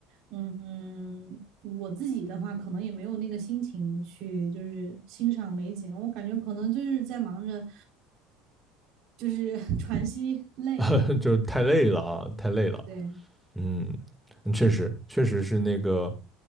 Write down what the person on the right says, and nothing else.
嗯，嗯我自己的话可能也没有那个心情去就是欣赏美景，我感觉可能就是在忙着就是 <laughs> 喘息累，
对。